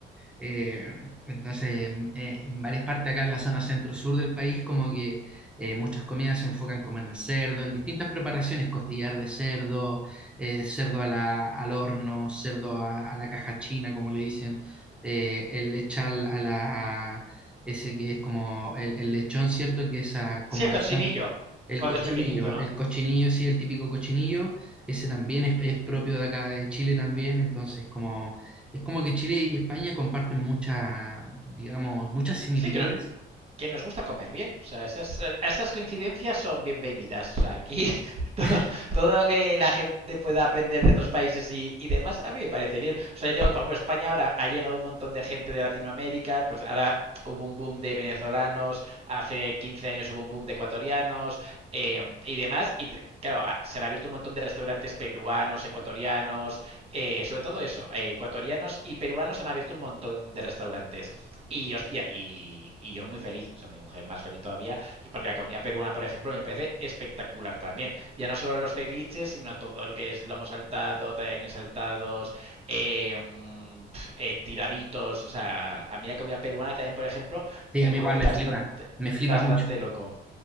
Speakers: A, in the centre; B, on the right (about 30°).
A: Eh, entonces, eh, en varias partes acá en la zona centro-sur del país, como que eh, muchas comidas se enfocan como en el cerdo, en distintas preparaciones, costillar de cerdo, eh, cerdo a la- al horno, cerdo a, a la caja china, como le dicen, eh, el lechal a la, ese que es como el, el lechón, ¿cierto? Que es a- con
B: Sí, el
A: manzana.
B: cochinillo,
A: El
B: cuando
A: cochinillo,
B: es pequeñito, ¿no?
A: el cochinillo, sí, el típico cochinillo, ese también es, es propio de acá de Chile también, entonces como es como que Chile y España comparten muchas, digamos, muchas similitudes.
B: Sí, que no, que nos gusta comer bien. O sea, esas, esas coincidencias son bienvenidas. O sea, aquí <laughs> todo,
A: <laughs>
B: todo lo que la gente pueda aprender de otros países y, y demás, a mí me parece bien. O sea, yo digo que, por ejemplo, España ahora ha llegado un montón de gente de Latinoamérica, pues ahora hubo un boom de venezolanos, hace 15 años hubo un boom de ecuatorianos eh, y demás, y claro, se han abierto un montón de restaurantes peruanos, ecuatorianos, eh, sobre todo eso, eh, ecuatorianos y peruanos han abierto un montón de restaurantes. Y hostia, y, y yo muy feliz, o sea, mi mujer más feliz todavía, y porque la comida peruana, por ejemplo, me parece espectacular también. Ya no solo los ceviches, sino todo lo que es lomo saltado, tallarines saltados, eh, mm, pf, eh, tiraditos, o sea, a mí la comida peruana también, por ejemplo,
A: Sí,
B: me
A: a mí
B: vuelve
A: igual me
B: bastante,
A: flipa, me flipa
B: bastante
A: mucho.
B: loco.